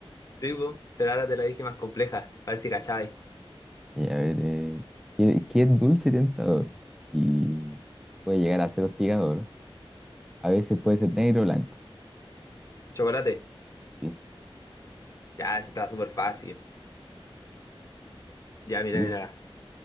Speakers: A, on the left; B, in the centre.
A: Sí, po, pero ahora te la dije más compleja. A ver si cachai.
B: eh, a ver, eh, ¿qué, qué es dulce y tentador? Y puede llegar a ser hostigador. A veces puede ser negro o blanco.
A: Chocolate.
B: Sí.
A: Ya, ese está súper fácil. Ya, mira,
B: ¿Qué tiene?
A: mira.